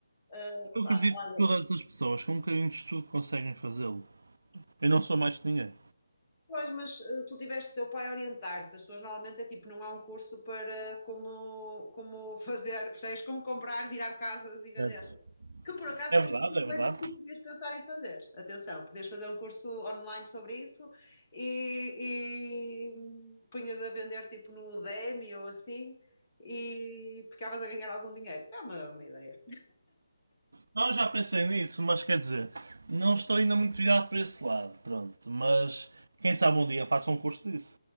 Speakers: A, on the left; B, on the right.
A: eh,
B: Eu
A: pá,
B: acredito
A: olha,
B: que todas as pessoas com um bocadinho de estudo conseguem fazê-lo. Eu não sou mais que ninguém.
A: Pois, mas eh, tu tiveste o teu pai a orientar-te. As pessoas normalmente é tipo, não há um curso para como, como fazer, percebes? Como comprar, virar casas e vendê-las.
B: Certo.
A: Que por acaso
B: É
A: não
B: verdade,
A: é uma
B: é
A: coisa
B: verdade.
A: que tu podias pensar em fazer. Atenção, podias fazer um curso online sobre isso e, e punhas a vender tipo no Udemy ou assim e ficavas a ganhar algum dinheiro. É uma, uma ideia.
B: Não, eu já pensei nisso, mas quer dizer, não estou ainda muito virado para esse lado, pronto. Mas quem sabe um dia faça um curso disso.